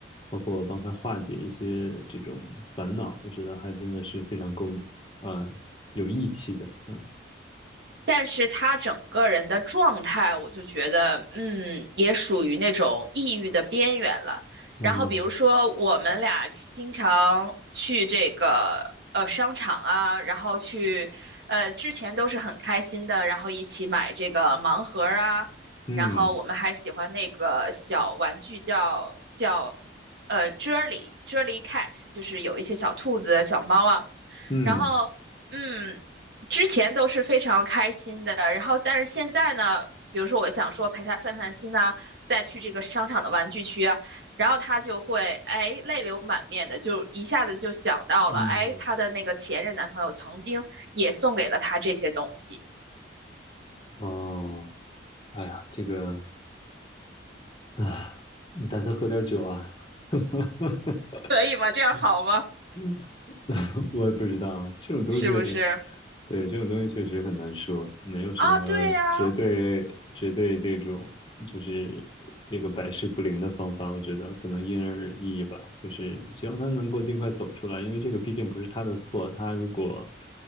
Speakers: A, on the left; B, on the right.
A: 包括帮她化解一些这种烦恼，我觉得还真的是非常够啊、呃有义气的，嗯
B: 但是他整个人的状态，我就觉得，嗯，也属于那种抑郁的边缘了。
A: 啊
B: 然后比如说，我们俩经常去这个呃商场啊，然后去呃之前都是很开心的，然后一起买这个盲盒儿啊，
A: 嗯
B: 然后我们还喜欢那个小玩具叫叫呃 Jelly Jelly Cat，就是有一些小兔子、小猫啊。
A: 嗯
B: 然后，嗯，之前都是非常开心的，然后但是现在呢，比如说我想说陪他散散心呐、再去这个商场的玩具区啊，然后他就会哎泪流满面的，就一下子就想到了，
A: 嗯
B: 哎，他的那个前任男朋友曾经也送给了他这些东西，
A: 哦，哎呀，这个，哎，你带她喝点酒啊。<laughs>
B: 可以吗？这样好吗？
A: <laughs> 嗯，我也不知道这种东西，
B: 是不是？
A: 对，这种东西确实很难说，没有什么绝对绝对这种就是这个百试不灵的方法，
B: 啊，对呀，
A: 我觉得可能因人而异吧。就是希望他能够尽快走出来，因为这个毕竟不是他的错，他如果